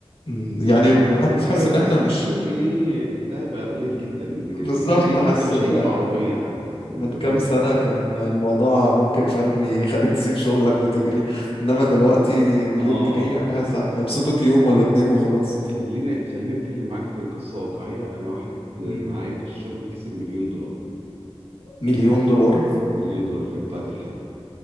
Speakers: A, on the left; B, on the right.
A: مم، يعني
B: لا بجد
A: حتى
B: بس
A: تحس
B: بس
A: ان احنا مش
B: مليون جنيه ده بقى قليل جدا يعني
A: بالظبط
B: مليون جنيه حتى
A: حاسس
B: مش
A: ان
B: هيجيب عربيه حتى يعني
A: من
B: انت
A: كام
B: فاهم
A: سنة كان الموضوع ممكن فاهم يخليك تسيب شغلك وتجري انما دلوقتي مليون
B: اه
A: جنيه يعني هت- هيبسطوك يوم ولا اتنين وخلاص
B: خلينا خلينا اتكلم معاك في قصه واقعيه انا واحد معايا
A: مم.
B: في الشغل كسب مليون دولار
A: مليون دولار
B: مليون دولار في بتاعة الحلم